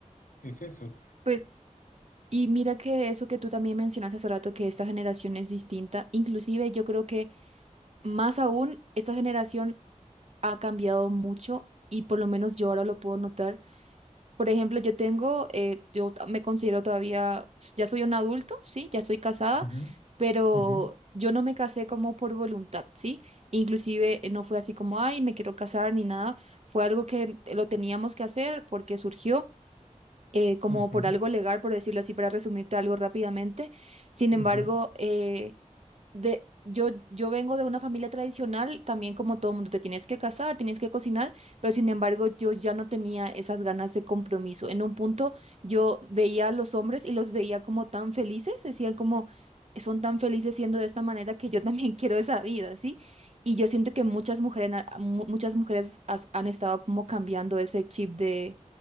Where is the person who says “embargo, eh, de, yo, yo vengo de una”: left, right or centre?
Right